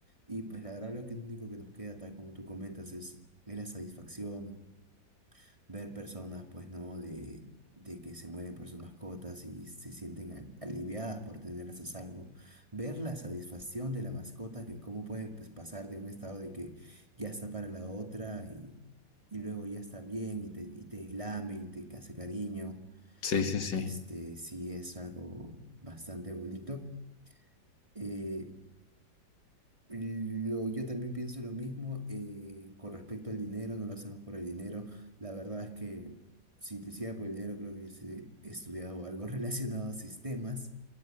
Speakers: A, on the right; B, on the left.
A: Y pues la verdad lo que único que nos queda, tal como tú comentas, es, es la satisfacción ver personas, pues, ¿no? De, de que se mueren por sus mascotas y se sienten al- aliviadas por tenerlas a salvo. Ver la satisfacción de la mascota, que cómo puede, pues, pasar de un estado de que ya está para la otra y, y luego ya está bien y te, y te lame y te hace cariño.
B: Sí, sí, sí.
A: Este sí es algo bastante bonito. Eh, lo- yo también pienso lo mismo eh, con respecto al dinero, no lo hacemos por el dinero. La verdad es que si lo hiciera por el dinero, creo que hubiese estudiado algo <laughs> relacionado a sistemas,